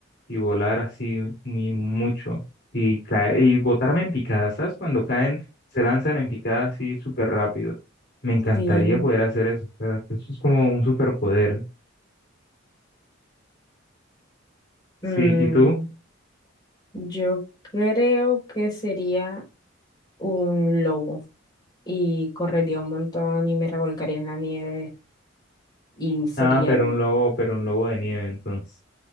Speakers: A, on the left; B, on the left.
A: y volar así ni mucho y caer, y botarme en picadas, ¿sabes? Cuando caen, se lanzan en picada así súper rápido. Me encantaría
B: Sí.
A: poder hacer eso, o sea, eso es como un superpoder. Sí,
B: Mm,
A: ¿y tú?
B: yo creo que sería un lobo y correría un montón y me revolcaría en la nieve y sería,
A: Ah, pero un lobo, pero un lobo de nieve, entonces.